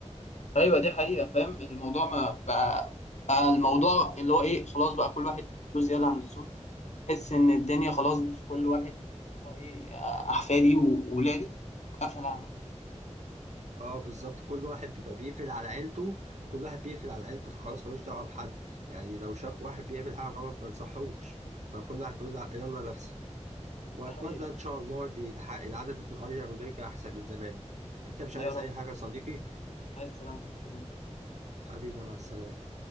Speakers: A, on the left; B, on the right.
A: أيوه دي حقيقة فاهم الموضوع ما بقى بقى الموضوع اللي هو إيه خلاص بقى كل واحد له زيادة عن اللزوم تحس إن الدنيا خلاص مش كل واحد هو إيه أحفادي وولادي قفل عنهم
B: اه بالظبط كل واحد بيبقى بيقفل على عيلته كل واحد بيقفل على عيلته فخلاص ملوش دعوه بحد يعني لو شاف واحد بيعمل حاجه غلط ما ينصحوش فكل واحد بيقول لأ، يلا نفسي واتمنى
A: دي حقيقة
B: ان شاء الله دي الح- العدد يتغير ونرجع احسن من زمان انت مش عايز
A: يا رب
B: اي حاجه يا صديقي
A: عايز سلامتك يا صديقي
B: حبيبي مع السلامه